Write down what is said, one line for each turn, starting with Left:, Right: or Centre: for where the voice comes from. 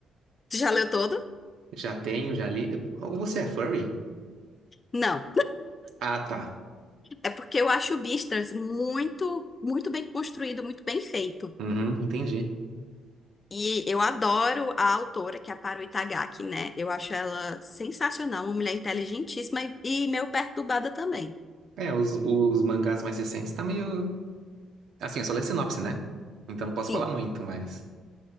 Left: Tu já leu todo?
Right: Já tenho, já li. Você é furry?
Left: Não.
Right: Ah, tá.
Left: É porque eu acho o Beastars muito, muito bem construído, muito bem feito.
Right: Uhum, entendi.
Left: E eu adoro a autora, que é a Haru Itagaki, né? Eu acho ela sensacional, uma mulher inteligentíssima e, e meio perturbada também.
Right: É, os, os mangás mais recentes tá meio. Assim, eu só leio sinopse, né? Então não posso
Left: Sim,
Right: falar muito, mas